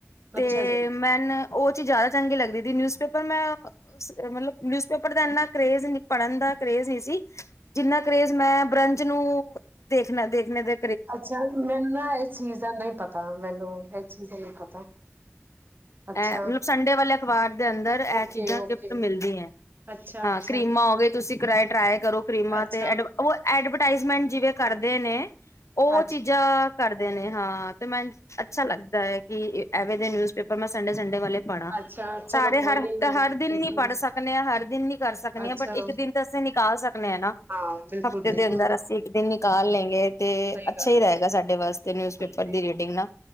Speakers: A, on the left (about 80°); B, on the right (about 45°).
A: ਤੇ
B: ਅੱਛਾ ਜੀ।
A: ਮੈਨ ਉਹ ਚੀ ਜ਼ਿਆਦਾ ਚੰਗੀ ਲੱਗਦੀ ਦੀ ਨਿਊਜ਼ ਮੈਂ ਮਤਲਬ, ਨਿਊਜ਼ਪੇਪਰ ਦਾ ਇੰਨਾ ਕਰੇਜ ਪੜ੍ਹਨ ਦਾ ਕਰੇਜ ਹੀ ਸੀ, ਜਿੰਨਾ ਕਰੇਜ ਮੈਂ ਬ੍ਰੰਜ ਨੂੰ ਦੇਖਣਾ ਦੇਖਣੇ ਦੇ
B: ਅੱਛਾ ਮੈਨੂੰ ਨਾ, ਇਸ ਚੀਜ਼ ਦਾ ਨਹੀਂ ਪਤਾ ਮੈਨੂੰ ਇਸ ਚੀਜ਼ ਦਾ ਨਹੀਂ ਪਤਾ। ਅੱਛਾ।
A: ਇਹ ਮਤਲਬ ਸੰਡੇ ਵਾਲੇ ਵਡ। ਦੇ ਅੰਦਰ ਇਹ
B: ਓਕੇ
A: ਚੀਜ਼ਾਂ
B: ਓਕੇ
A: ਗਿਫਟ ਮਿਲਦੀਆਂ,
B: ਅੱਛਾ
A: ਹਾਂ
B: ਅੱਛਾ
A: ਕਰੀਮਾਂ ਹੋ ਗਏ ਤੁਸੀਂ ਕਰਅ ਟਰੈਅ। ਕਰੋ ਕਰੀਮਾ
B: ਅੱਛਾ।
A: ਤੇ ਐਡ ੳ ਐਡ ਰਟਾਈਜ਼ਮੈਂਟ ਜਿਵੇਂ ਕਰਦੇ ਨੇ ਉਹ
B: ਅੱਛਾ
A: ਚੀਜ਼ਾਂ ਕਰਦੇ ਨੇ। ਹਾਂ। ਤੇ, ਮੈ ਅੱਛਾ ਲੱਗਦਾ ਹੈ ਕਿ ਨਿਊਜ਼ਪੇਪਰ। ਮੈਂ ਸੰਡੇ ਸੰਡੇ ਵਾਲੇ ਪੜਾ,
B: ਅੱਛਾ ਚਲੋ
A: ਸਾਰੇ
B: ਕੋਈ
A: ਹਰ
B: ਨੀ
A: ਹਫਤੇ
B: ਮੈਂ
A: ਹਰ ਦਿਨ
B: ਦੇਖਾਂਗੀ
A: ਨੀ ਪੜ੍ਹ ਸਕਨੇ ਆ ਹਰ ਦਿਨ ਨੀ ਕਰ ਸਕਨੇ
B: ਅੱਛਾ
A: ਆ, ਬਟ ਇੱਕ ਦਿਨ ਤੇ ਅਸੀਂ ਨਿਕਾਲ ਸਕਨੇ ਹਾ ਨਾ,
B: ਹਾਂ ਬਿਲਕੁਲ
A: ਹਫ਼ਤੇ
B: ਬਿਲਕੁਲ।
A: ਦੇ ਅੰਦਰ ਅਸੀ ਇੱਕ ਦਿਨ ਨਿਕਾਲ ਲੈਂਗੇ ਤੇ
B: ਸਹੀ
A: ਅੱਛਾ
B: ਗੱਲ
A: ਹੀ
B: ਹੈ
A: ਰਹੇਗਾ, ਸਾਡੇ ਵਾਸਤੇ ਨਿਊਜ਼ ਪੇਪਰ
B: ਹਾਂਜੀ
A: ਦੀ ਰੀਡਿੰਗ ਨਾ